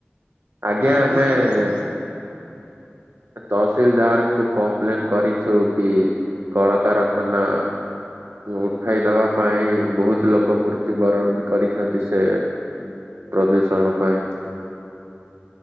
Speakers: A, on the right (about 80°); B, on the left (about 80°).
A: ଆଜ୍ଞା
B: ଆଉ
A: ଆମେ
B: ବି ଆପଣ
A: ଏଁ ଏ ତଅସିଲଦାର୍ ଙ୍କୁ କମ୍ପ୍ଲେନ୍ କରିଛୁ କି କଳକାରଖାନା ଉଠାଇ ଦବା ପାଇଁ ବୋହୁତ୍ ଲୋକ ମୃତ୍ୟୁ ବରଣ ବି କରିଛନ୍ତି ସେ ପ୍ରଦୂଷଣ ପାଇଁ,